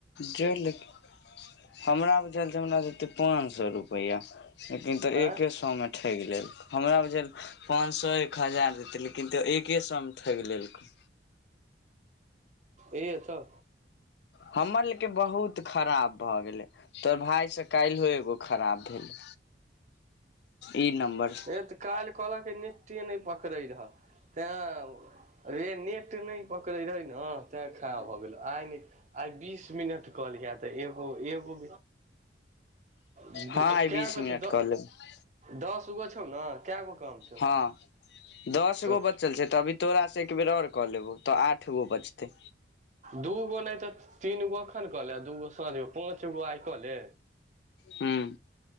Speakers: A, on the left (about 65°); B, on the right (about 40°).
A: जे <unintelligible> लेक हमरा बुझेल जे हमरा देतै पाँच सौ रुपैया लेकिन तऽ
B: हँ
A: एक्के सौमे ठकि लेलक हमरा बुझेल पाँंच सौ एक हजार देतै लेकिन तैयो एके सौ मे ठकि लेलको
B: ईहे तऽ
A: हमर लेके बहुत खराब भऽ गेलै तोहर भाय से काल्हो एगो खराब भेलै ई नम्बर
B: हे तऽ काल्हि कहलक के नेटे नहि पकडै रह तैं रे नेट नहि पकड़े रहे ने तैं खड़ाब भऽ गेलौ आइ नहि आइ बीस मिनट कऽ लिहे तऽ एगो एगो <unintelligible>
A: हँ आइ
B: कै
A: बीस
B: गो
A: मिनट
B: छौ द
A: कऽ लेबै
B: दसगो छौ न कै गो काम छौ
A: हँ दस
B: तऽ
A: गो बचल छै तऽ अभी तोरास से एक बेेर आओर कऽ लेबो तऽ आठ गो बचतै
B: दूगो नहि तऽ तीन गो एखन कऽले आ दूगो साँझ म पाँच गो आइ कऽले
A: ह्म